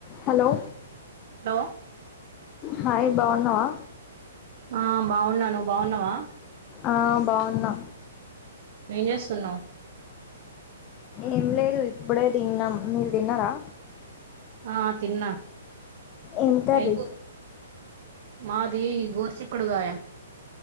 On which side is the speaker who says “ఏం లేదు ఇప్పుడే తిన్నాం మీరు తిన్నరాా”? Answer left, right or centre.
Left